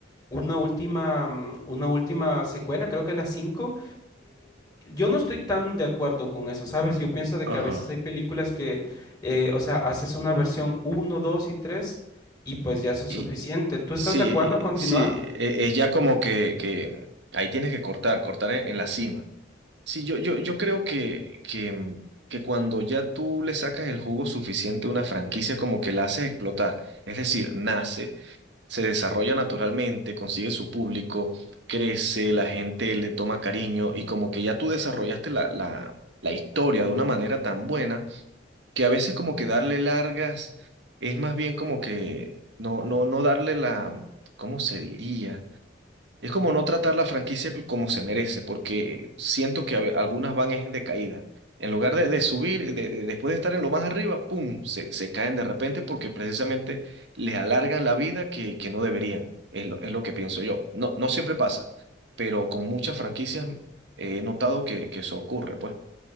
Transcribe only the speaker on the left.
una última, mm, una última secuela, creo que las 5. yo no estoy tan de acuerdo con eso, ¿sabes? Yo pienso de
que a veces hay películas que, eh, o sea, haces una versión uno, 2 y 3 y pues ya eso es
suficiente. ¿Tú estás
de acuerdo a continuar?